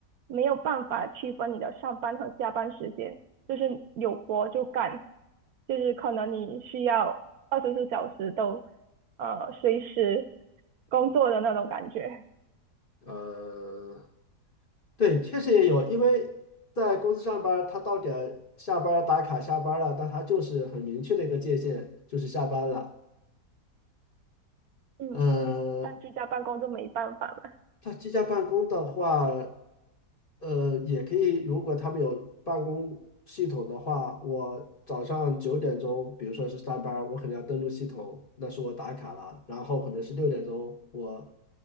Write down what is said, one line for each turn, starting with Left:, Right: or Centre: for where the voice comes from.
Right: 没有办法区分你的上班和下班时间，就是有活就干，就是可能你需要二十四小时都呃随时工作的那种感觉，
Left: 呃，对，确实也有，因为在公司上班儿他到点儿下班儿打卡下班儿了，那他就是很明确的一个界限，就是下班了。
Right: 嗯，
Left: 嗯。
Right: 但居家办公就没办法了，
Left: 他居家办公的话，呃，也可以，如果他们有办公系统的话，我早上九点钟，比如说是上班儿我可能要登录系统，那是我打卡了，然后可能是六点钟，我